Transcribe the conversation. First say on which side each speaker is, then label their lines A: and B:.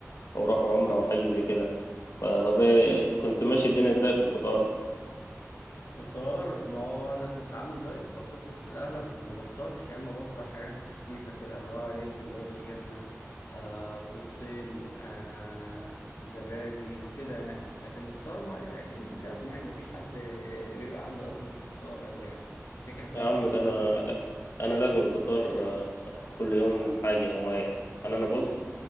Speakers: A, on the left; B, on the left.
A: أو راحوا عمرة أو حاجة زي كده فطب ايه كنت ماشي الدنيا ازاي في الفطار
B: فطار ما هو انا كنت عامل دايت فكنت في الاغلب ما بفطرش يا اما بفطر حاجات خفيفه كده اللي هو ايه سندوتش جبنه آه بيضتين آه آه، زبادي كده يعني لكن الفطار ما اكيد ما فيهوش ازمه يعني مفيش حد بيبقى عنده ازمه في الفطار قوي يعني الفكره كله
A: يا عم
B: في الغدا
A: ده انا لا انا لازم الفطار آه، كل يوم حاجه معينه انا انا بص